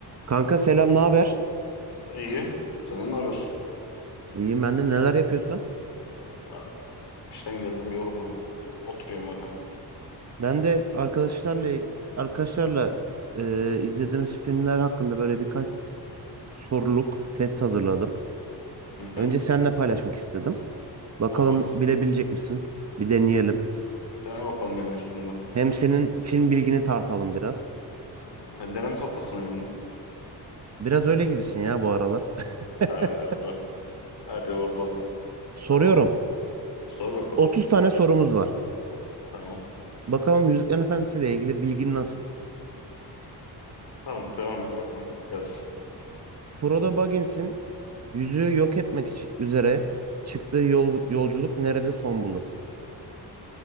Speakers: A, on the right; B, on the left.
A: Kanka selam, ne haber?
B: İyi. Senden ne haber?
A: İyiyim ben de neler yapıyorsun?
B: Abi, işten geldim yorgunum. Oturuyorum öyle.
A: Ben de arkadaşlarla arkadaşlarla e, izlediğimiz filmler hakkında böyle birkaç soruluk test hazırladım.
B: Hı hı.
A: Önce seninle paylaşmak istedim. Bakalım
B: Olur.
A: bilebilecek misin? Bir deneyelim.
B: Dene bakalım benim üstümde.
A: Hem senin film bilgini tartalım biraz.
B: Ha, ben deneme tatlısı mıyım lan?
A: Biraz öyle gibisin ya bu aralar. <laughs>
B: Hadi hadi lan. Hadi oradan.
A: Soruyorum.
B: Tamam. Sor bakalım.
A: 30 tane sorumuz var.
B: Tamam.
A: Bakalım Yüzüklerin Efendisi ile ilgili bilgin nasıl?
B: Tamam devam et bakalım. Gelsin.
A: Frodo Baggins'in yüzüğü yok etmek için- üzere çıktığı yol- yolculuk nerede son bulur?